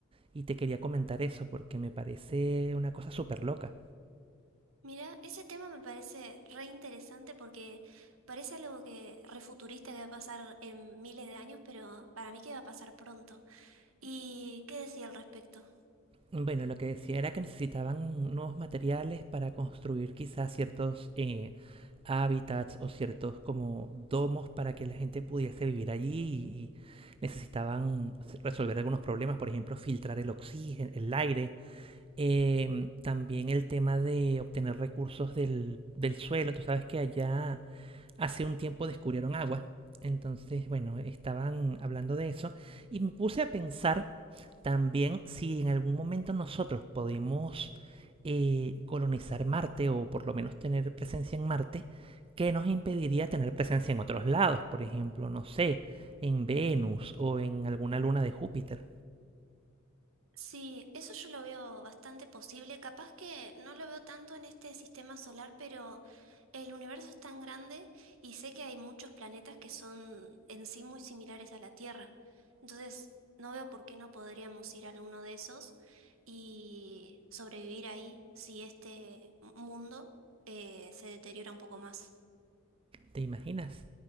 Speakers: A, on the right; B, on the right.
A: Y te quería comentar eso porque me parece una cosa súper loca.
B: Mira, ese tema me parece re interesante porque parece algo que refuturista que va a pasar en miles de años, pero para mí que va a pasar pronto. ¿Y qué decía al respecto?
A: Bueno, lo que decía era que necesitaban nuevos materiales para construir quizás ciertos eh, hábitats o ciertos como domos para que la gente pudiese vivir allí y, y necesitaban s- resolver algunos problemas, por ejemplo, filtrar el oxígeno, el aire, Em, también el tema de obtener recursos del, del suelo. Tú sabes que allá hace un tiempo descubrieron agua. Entonces, bueno, estaban hablando de eso y me puse a pensar también si en algún momento nosotros podemos eh, colonizar Marte o por lo menos tener presencia en Marte, ¿qué nos impediría tener presencia en otros lados? Por ejemplo, no sé, en Venus o en alguna luna de Júpiter.
B: Sí, eso yo lo veo bastante posible. Capaz que no lo veo tanto en este sistema solar, pero El universo es tan grande y sé que hay muchos planetas que son en sí muy similares a la Tierra. Entonces, no veo por qué no podríamos ir a alguno de esos y sobrevivir ahí si este mundo eh, se deteriora un poco más.
A: ¿Te imaginas?